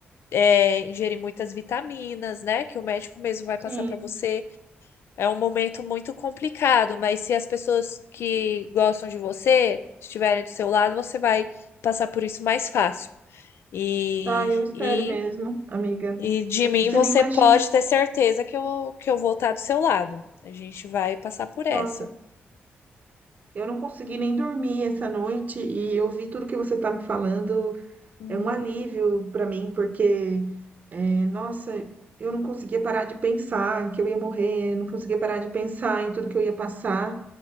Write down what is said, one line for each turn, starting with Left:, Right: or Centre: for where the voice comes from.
Left: é, ingerir muitas vitaminas, né? Que o médico mesmo vai
Right: Sim.
Left: passar para você. É um momento muito complicado, mas se as pessoas que gostam de você estiverem do seu lado, você vai passar por isso mais fácil. E,
Right: Tá, eu espero
Left: e
Right: mesmo, amiga.
Left: e de
Right: Ne-
Left: mim
Right: Você
Left: você
Right: nem imagina.
Left: pode ter certeza que eu, que eu vou estar do seu lado. A gente vai passar por essa.
Right: Nossa, eu não consegui nem dormir essa noite e eu vi tudo que você tá me falando.
Left: Uhum,
Right: é um alívio para mim, porque, eh, nossa, eu não conseguia parar de pensar que eu ia morrer, não conseguia parar de pensar em tudo que eu ia passar.